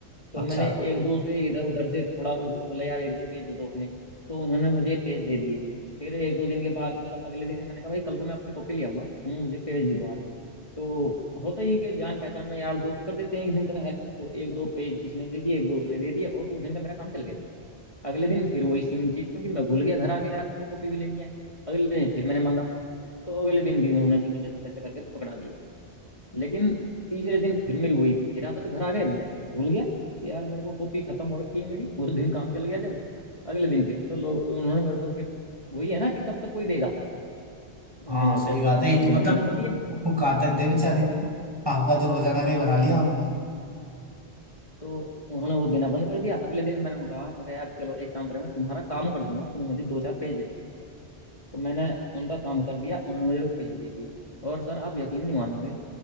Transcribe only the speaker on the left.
तो
मैंने एक दो से इधर उधर से थोड़ा उनको बोला यार एक दो पेज दे दो अपने तो उन्होंने मुझे पेज दे दिए फिर एक दो दिन के बाद मतलब अगले दिन मैंने कहा भाई कल को मैं अपनी कॉपी ले आऊंगा तुम मुझे पेज दे दो आज तो होता ही है कि जान पहचान में यार दोस्त कर देते हैं एक दिन का हेल्प तो एक दो पेज इसने दे दिए एक दो उसने दे दिए और उस दिन का मेरा काम चल गया अगले दिन फिर वही सेम चीज क्योंकि मैं भूल गया घर आके यार मेरे को कॉपी भी लेनी है अगले दिन फिर मैंने मांगा तो अगले दिन भी उन्होंने चलो जैसे तैसे करके पकड़ा दिए लेकिन तीसरे दिन फिर मेरी वही फिर आदत घर आ गए मैं फिर भूल गया कि यार मेरे को कॉपी खत्म हो रखी है मेरी उस दिन काम चल गया जब अगले दिन फिर तो लोग उन्होंने मेरे को फिर वही है ना कि कब तक कोई देगा उन्होंने
मेरे
को
पेज
देना
बंद कर दिए
हम्म
तो उन्होंने वो देना बंद कर दिया अगले दिन मैंने उनको कहा मैं कहा, यार चलो एक काम करें मैं तुम्हारा काम कर दूंगा तुम मुझे दो चार पेज दे दो तो मैंने उनका काम कर दिया उन्होंने मुझे पेज दे दिए और सर आप यकीन नहीं मानोगे